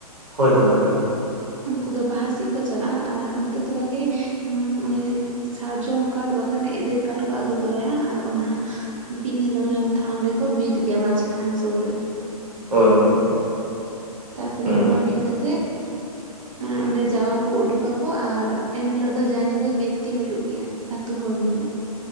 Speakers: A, on the right; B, on the right.
A: ᱦᱳᱭ ᱦᱳᱭ ᱦᱳᱭ
B: ᱩᱱᱠᱩ ᱫᱚ ᱵᱟᱦᱟ ᱥᱤᱜ ᱠᱚ ᱪᱟᱞᱟᱜᱼᱟ ᱟᱨ ᱚᱱᱛᱮ ᱛᱚᱨᱟᱜᱮ ᱢᱟᱱᱮ ᱥᱟᱨᱡᱚᱢ ᱠᱟᱴ ᱵᱟᱠᱷᱟᱱ ᱮᱫᱮᱞ ᱠᱟᱴ ᱠᱚ ᱟᱹᱜᱩ ᱛᱚᱨᱟᱭᱟ ᱟᱨ ᱚᱱᱟ ᱵᱤᱫ ᱦᱤᱞᱳᱜ ᱢᱟᱱᱮ ᱚᱱᱟ ᱛᱷᱟᱱ ᱨᱮᱠᱚ ᱵᱤᱫ ᱜᱮᱭᱟ ᱢᱟᱡᱷᱤ ᱛᱷᱟᱱ ᱥᱩᱨ ᱨᱮ
A: ᱦᱳᱭ ᱦᱳᱭ
B: ᱛᱟᱯᱚᱨᱮ
A: ᱦᱩᱸ
B: ᱚᱱᱟ ᱵᱤᱫ ᱠᱟᱛᱮᱜ ᱢᱟᱱᱮ ᱚᱸᱰᱮ ᱡᱟᱣᱟ ᱠᱚ ᱩᱰᱩᱠᱟᱠᱚ ᱟᱨ ᱮᱱᱦᱤᱞᱚᱜ ᱫᱚ ᱡᱟ ᱧᱤᱫᱟᱹ ᱵᱤᱱᱛᱤ ᱦᱩᱭᱩᱜ ᱜᱮᱭᱟ ᱟᱹᱛᱩ ᱦᱚᱲ ᱢᱤᱞᱮ